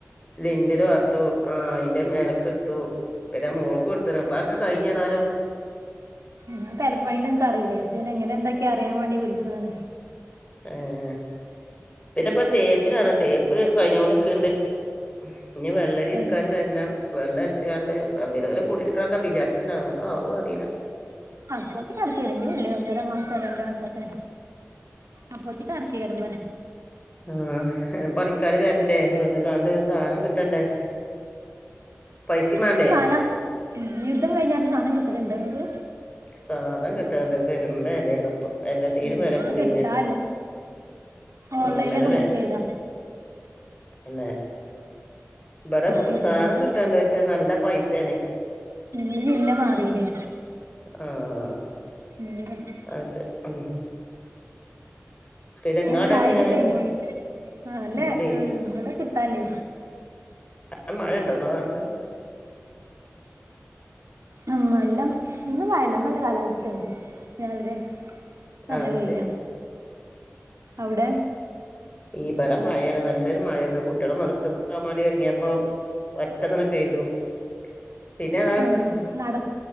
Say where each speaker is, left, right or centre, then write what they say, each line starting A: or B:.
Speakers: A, on the left; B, on the right.
A: ലിന്റൽ വാർത്തു ആ അയിന്റെ മേലക്ക് എടുത്തു പിന്നെ മോൾക്കും എട്ത്ത്ണ് ഇപ്പൊ അഒക്കെ കഴിഞ്ഞ് ഏതായാലും.
B: ഞൻ പെരപ്പണീന്റെ ഇൻക്ക്അറില്ലേ പിന്നെഎങ്ങെനെന്തൊക്കെഅറിയാൻ വേണ്ടിവിളിച്ചതാണ്
A: ഏഹ് പിന്നെഇപ്പതേപ്പിലാണ്തേപ്പ് കഴിഞ്ഞോണ്ട്ക്കണ്ട് ഇഞ്ഞി വെള്ളരി വിക്കാന്
B: ഏഹ്
A: വരണം വെള്ള അടിച്ച് കാണ്ട് റബി അവല് കൂടിയിരിക്കെണം ഒക്കെ വിചാരിച്ചിണ്ട് ആവോ ഒക്കെ ആവോ അറിയില്ല
B: അപ്പോത്തി <unintelligible> ഞ്ഞുല്ലേ ഒന്നര മാസം രണ്ട്മാസഒക്കെ അപ്പോത്തി തണ്കൈരം പറ
A: ആഹ പണിക്കാര് വരണ്ടേ വന്ന് കാണ്ട് സാധനം കിട്ടണ്ടേ പൈസിം മാണ്ടേ
B: ഇപ്പം സാനം ഉം യുദ്ധം കഴിഞ്ഞാട്ട് സാധനം കിട്ടൽണ്ടോ ഇങ്ങൾക്ക്
A: സാധനം കിട്ടേണ്ട പെരും വെലേണ് ഇപ്പൊ? എല്ലത്തീനുംവെലകൂടിലേ
B: ഉം ഇവിടെ കിട്ടാല്ല ഓൺലൈനിലൊക്കെ
A: ആ വെല
B: ബുക്ക്
A: <unintelligible>
B: ചെയ്താ
A: ന്നെ ഇബട
B: കിട്ടായിട്ടില്ല
A: സാനം
B: ഞങ്ങള്
A: കിട്ടാണ്ട് പഷേ നല്ല പൈസേണ്
B: ഇങ്ങള് ജില്ല മാറീല്ലേ
A: ആഹ്
B: ഇഞ്ഞ് <unintelligible>
A: ആ ശെ ഉ പിന്നെ ഇങ്ങളെ അവടൊക്കെ
B: ചായുടിയൊക്കെ
A: എങ്ങനെ
B: കഴിഞ്ഞോ ആഹ് നല്ല
A: ഇല്ലേ
B: ഇവിടെ കിട്ടാല്ലേ
A: ആ മഴ ഇണ്ടോ ഇങ്ങളെ നാട്ടില്
B: ഉ നല്ലംഇന്ന് മയല്ല ഇന്ന്നല്ല കാലാവസ്തെണ് രാവിലെ നല്ലവെയില
A: ആഹ് ശരി
B: അവ്ടെ
A: ഇബടെ മഴയാണ് നല്ലൊരു മഴയന്ന് കുട്ടികളും മദർസുക് പോകാൻ വേണ്ടി ഒരുങ്ങിയപ്പൊ ഒറ്റന്നണെ <unintelligible> പെയ്തുപിന്നെ <unintelligible>
B: ഏഹ് നട